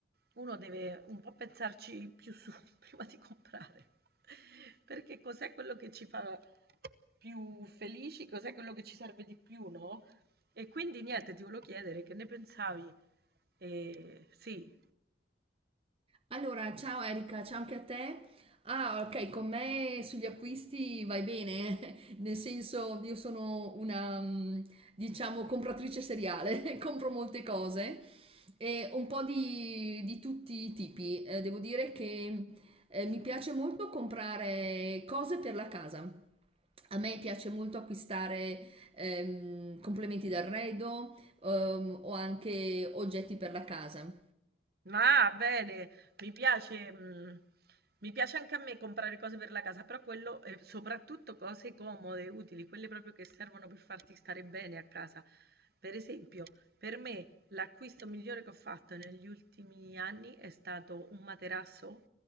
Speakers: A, on the right; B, on the right.
A: uno deve un po' pensarci più su <laughs> prima di comprare. <laughs> Perché cos'è quello che ci fa più felici? Cos'è quello che ci serve di più, no? E quindi niente, ti volevo chiedere che ne pensavi eh, sì,
B: Allora, ciao Erika, ciao anche a te. Ah, ok, con me sugli acquisti vai bene, eh. nel senso io sono una, mm, diciamo, compratrice seriale, <laughs> compro molte cose e un po' di, di tutti i tipi. Eh, devo dire che eh, mi piace molto comprare cose per la casa. A me piace molto acquistare ehm, complementi d'arredo ehm, o anche oggetti per la casa.
A: ma bene, mi piace, mh, mi piace anche a me comprare cose per la casa, però quello, e soprattutto cose comode, utili, quelle proprio che servono per farti stare bene a casa. Per esempio, per me l'acquisto migliore che ho fatto negli ultimi anni è stato un materasso